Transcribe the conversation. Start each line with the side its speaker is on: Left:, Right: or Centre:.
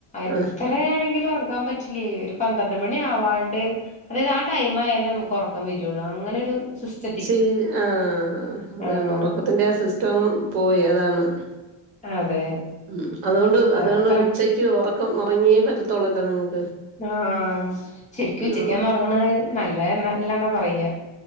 Left: എത്രയാണെങ്കിലും
Right: ആഹ്
Left: ഒറക്കം ഒറങ്ങാൻ പറ്റില്ല ഒരു പന്ത്രണ്ട് മണി ആവാണ്ട് അതായത് ആ ടൈം ആയാല നമുക്ക് ഒറക്കം വരുയുള്ളൂ അങ്ങനെ ഒരു സി
Right: ശീ ആ അതാണ്
Left: ആഹ്
Right: ഒറക്കത്തിന്റെ ആ സിസ്റ്റം അങ്ങ് പോയി അതാണ്
Left: അതെ
Right: ഉ അതുകൊണ്ട് അതുകൊണ്ട്
Left: അത്ര
Right: ഉച്ചക്ക് ഒറ ക്ക്‌ ഒന്ന് ഒറങ്ങിയേ പറ്റത്തൊള്ളല്ലോ നിങ്ങൾക്ക്
Left: ആഹ ശരിക്കും ഉച്ചക്കാന്ന്
Right: ഉം
Left: ഒറങ്ങണത് നല്ലതന്നെ ഇല്ലാന്നാ പറയ്യ